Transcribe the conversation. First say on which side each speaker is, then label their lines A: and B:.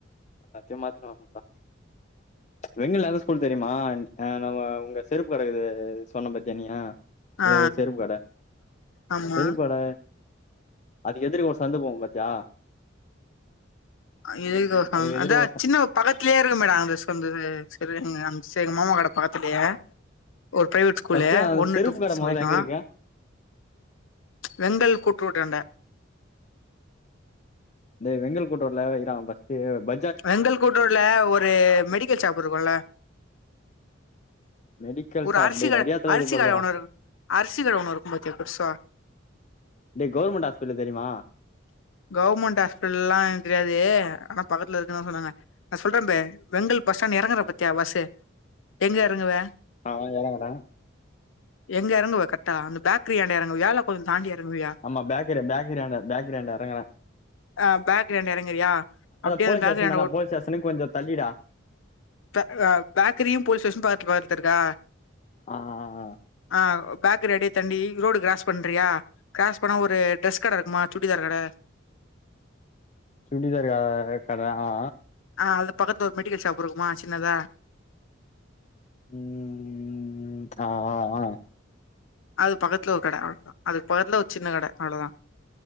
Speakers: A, on the left; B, on the left.
A: எல்லாத்தையு மாத்தினு வரனு டா வெங்க லாவ ஸ்கூல் தெரியுமா ஆ நம்ம உங்க செருப்பு கடக்குது சொன்ன பாத்தியா நீ
B: ஆ
A: எதோ ஒரு செருப்பு கட
B: ஆமா
A: செருப்பு கட அதுக்கு எதிர்க ஒரு சந்து போகு பாத்தியா
B: அங்க எழுத வப்பாங்க
A: அதுக்கு எதிர்க்க
B: அதா
A: ஒரு ச
B: சின்ன பக்கத்திலேயே இருக்குமேடா அந்த சந்து செரு எங்க அங் சே எங்க மாமா கட பக்கத்துலயே ஒரு பிரைவேட் ஸ்கூலு
A: ஃபர்ஸ்ட்டு அந்த
B: ஒன்னு
A: செருப்பு
B: டூ பிஃப்த்
A: கட மொதல்ல
B: வரைக்கு
A: எங்க இருக்கு
B: வெங்கல் கூட்ரோட்டாண்ட
A: டேய் வெங்கல் கூட்டூ ரோட்ல அவ இரா ஃபஸ்டு ப
B: வெங்கல் கூட் ரோட்ல ஒரு மெடிக்கல் ஷாப் இருக்குல
A: மெடிக்கல்
B: ஒரு
A: ஷாப்
B: அரிசில
A: டேய் நெறைய எடத்துல இருக்குது
B: அரிசில
A: போலடா
B: ஒன்னு அரிசில ஒன்னு இருக்கு பாத்தியா பெருசா
A: டேய் கவர்மெண்ட் ஹாஸ்பிட்டல் தெரியுமா
B: கவுர்மெண்ட் ஹாஸ்பிடல்லா எனக் தெரியாது ஆனா பக்கத்துல இருக்குன்னு தா சொன்னாங்க நா சொல்ற பார் வெங்கல் பஸ் ஸ்டாண்ட் எறங்குற
A: ஆ
B: பத்தியா பஸ்ஸ்சு எங்க எறங்குவ
A: ஆமா எறங்கிட்ட
B: எங்க எறங்குவ கரெக்டா அந்த பேக்கரியாண்ட எறங்குவியா இல்ல கொஞ்ச தாண்டி எறங்குவியா
A: ஆமா பேக்கரி பேக்கரியாண்ட பேக்கரியாண்ட எறங்குற
B: அ பேக்கரியாண்ட எறங்குறியா அப்டியே
A: போலீஸ்
B: அந்த
A: ஸ்டேஷன்
B: பேக்கரியாண்ட
A: தான
B: ஒட்
A: போலீஸ் ஸ்டேஷனுக்கு கொஞ்சோ தள்ளிடா
B: த பேக்ரியு போலீஸ் ஸ்டேஷனும் பாக்கத்து பாக்கத்துல இருக்கா
A: ஆ ஆ ஆ
B: ஆ பேக்கிரி அப்டியே தாண்டி ரோடு கிராஸ் பண்றியா கிராஸ் பண்ணா ஒரு ட்ரெஸ் கட இருக்குமா சுடிதார் கட
A: சூடிதார் அக் கட ஆ
B: ஆ அது பக்கத்து ஒரு மெடிக்கல் ஷாப் இருக்குமா சின்னதா
A: ம் ம் ம் ம் ஆ ஆ ஆ
B: அது பக்கத்துல ஒரு கட அவ்ளதா அது பக்கத்துல ஒரு சின்ன கட அவ்ளதா